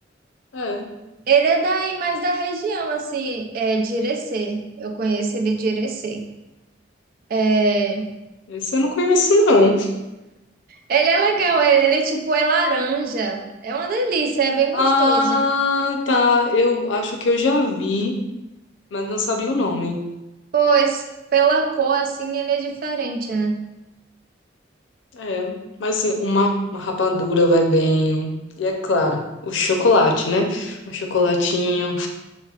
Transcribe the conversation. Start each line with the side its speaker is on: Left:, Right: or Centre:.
Left: É,
Right: Ele é daí, mais da região, assim, é de Irecê. Eu conheço ele de Irecê. É,
Left: esse eu não conheço, não.
Right: Ele é legal, ele, ele é tipo, é laranja. É uma delícia, é bem gostoso.
Left: Ah, tá. Eu acho que eu já vi, mas não sabia o nome.
Right: Pois, pela cor assim ele é diferente, né?
Left: É, mas assim, uma, uma rapadura vai bem. E é claro, o chocolate, né? Um chocolatinho.